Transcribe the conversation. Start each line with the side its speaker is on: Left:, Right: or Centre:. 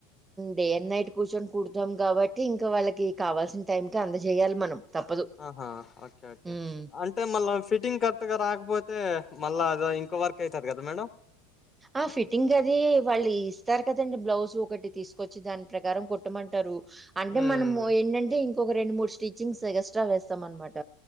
Right: డే అండ్ నైట్ కూర్చొని కుడతాం కాబట్టి ఇంకా వాళ్ళకి కావాల్సిన టైంకి అంత చెయాలి మనం తప్పదు.
Left: ఆహా ఓకే ఓకే
Right: హ్మ్.
Left: అంటే మళ్ళా ఫిటింగ్ క కొత్తగా రాకపోతే మళ్ళా అద ఇంకో వర్క్ అవుతుంది కదా మేడం
Right: ఆ ఫిట్టింగ్ అది వాళ్ళు ఇస్తారు కదండి బ్లౌజ్ ఒకటి తీసుకొచ్చి దానికి ప్రకారం కొట్టమంటారు అంటే
Left: హ్మ్
Right: మనము ఏంటంటే ఇం ఒక రెండు మూడు స్టిచ్చింగ్స్ ఎక్స్ట్రా వేస్తాం అనమాట